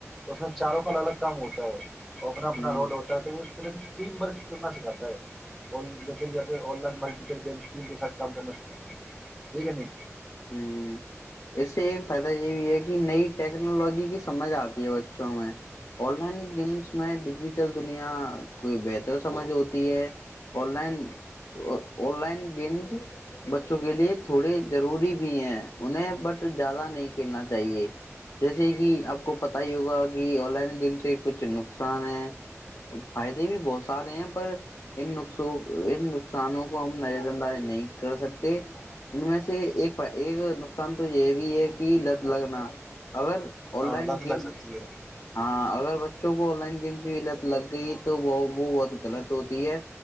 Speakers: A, in the centre; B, on the left.
A: اس میں چاروں کا الگ ہوتا ہے اپنا اپنا
B: ہ
A: رول ہوتا ہے تو طرح سے ٹیم ورک کرنا سکھاتا ہے جیسے مٹی ٹی کے ساتھ کام کرنا سکھات ہے ٹھیک ہے نہیں
B: ہوں اس سے ایک فائدہ یہ بھی ہے کہ نئی ٹیکنالوجی کی سمجھ آتی ہے بچوں میں آن لائن گیمس میں ڈیجیٹل دنیا کوئی بہتر سمجھ ہوتی ہے online online games بچوں کے لیے تھوڑے ضروری بھی ہیں انہیں بٹ زیادہ نہیں کھیلنا چاہیے جیسے کہ آپ کو پت ہی ہوگا کہ آن لائن گیم سے کچھ نقصان ہے فائدے بھی بہت سارے ہیں پر انقص ان نقصانوں کو ہم نظر اندازی نہیں کر سکتے ان میں سے ایک نقصان تو یہ بھی ہے کہ لت لگنا اگر آن
A: ہاں
B: لائن
A: لت
B: گیم
A: لگ سکتی ہے
B: ہاں اگر <inaudible> بچوں کو آ لائن گم کی لگ گئی تو وہ بہت غلط ہوتی ہے